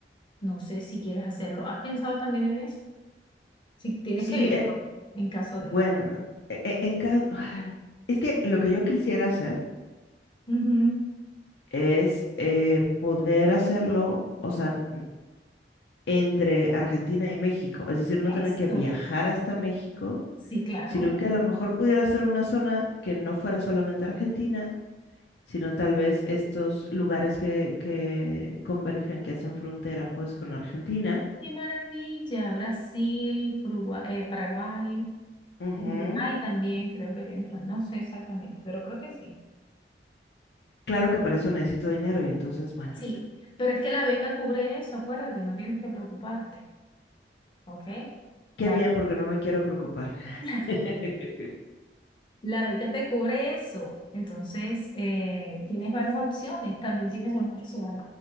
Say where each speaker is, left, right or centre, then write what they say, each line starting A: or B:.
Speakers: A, on the left; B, on the left.
A: No sé si quieres hacerlo. ¿Has pensado también en eso? Si tienes
B: Sí,
A: que viajar
B: eh,
A: en caso
B: bueno,
A: de...
B: e- e- en caso... Es que lo que yo quisiera hacer
A: Ujú.
B: es eh, poder hacerlo, o sea, n- entre Argentina y México, es decir, no
A: Esto.
B: tener que viajar hasta México,
A: Sí, claro.
B: sino que a lo mejor pudiera ser una zona que no fuera solamente Argentina, sino tal vez estos lugares que, que convergen, que hacen frontera pues con Argentina.
A: Qué maravilla, Brasil, Urugua- eh, Paraguay,
B: Ujú.
A: Uruguay también creo que tiene, no sé exactamente, pero creo que sí.
B: Claro que para eso necesito dinero y entonces, bueno,
A: Sí, pero es que la beca cubre eso, acuérdate, no tienes que preocuparte, ¿ok?
B: qué
A: La,
B: bien porque no me quiero preocupar.
A: <laughs>
B: <laughs>
A: la beca te cubre eso, entonces eh, tienes varias opciones, también tienes una opción